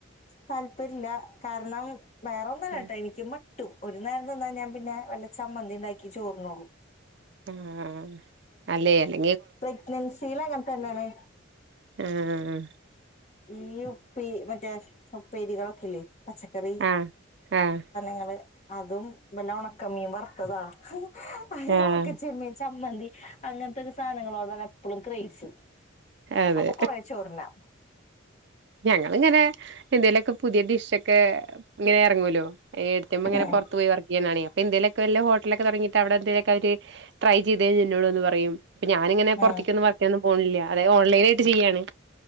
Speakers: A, on the left; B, on the right.
A: താല്പര്യ ഇല്ല കാരണം വേറെൊന്നല്ല
B: ആ
A: കേട്ടോ എനിക്കും കിട്ടും ഒരു നേരം തന്നാൽ ഞാൻ പിന്നെ വല്ല ചമ്മന്തി ഉണ്ടാക്കി ചോറന്നള്ളൂ
B: ആഹ് അല്ലേ അല്ല
A: പ്രെഗ്നെൻസിയിൽ അങ്ങനെ തന്നെയാണ്
B: ആഹ്
A: ഈ ഉപ്പേ മറ്റേ ഉപ്പേരികളൊക്കെല്ലേ പച്ചക്കറി
B: ആഹ് ആഹ്
A: ങ്ങള് അതും വല്ല ഉണക്കമീൻ വറുത്തതാ അത്
B: ആഹ്
A: ഉണക്ക ചെമ്മി ചമ്മന്തി അങ്ങനത്തെൊക്കെ സാധനങ്ങളോടാണ് എപ്പോഴും ക്രേസ്
B: അതെ
A: അപ്പൊ കൊറേ ചോറിന്നാം
B: ഞങ്ങിങ്ങനെ എന്തേലൊക്കെ പുതിയ ഡിഷ ഒക്കെ ഒക്കെ ഇങ്ങനെ ഇറങ്ങുമല്ലോ ഏട്ത്തി അമ്മ ഇങ്ങനെ
A: ഉം
B: പുറത്ത് പോയി വർക്ക് ചെയ്യുന്നാണ ഇപ്പ എന്തേലുമൊക്കെ വല്ല ഹോട്ടലൊക്കെ തുടങ്ങിട്ട് അടെ എന്തെ ലൊക്കെ ട്രൈചെയ്തത് എന്നോട്ന്ന് പറയും ഇപ്പൊ ഞാനിങ്ങനെ പുറത്തേക്കൊന്നും
A: ആഹ്
B: വർക്കൊന്നും പോണില്ല അതെ ഓൺലൈൻ ആയിട്ട് ചെയ്യാണ്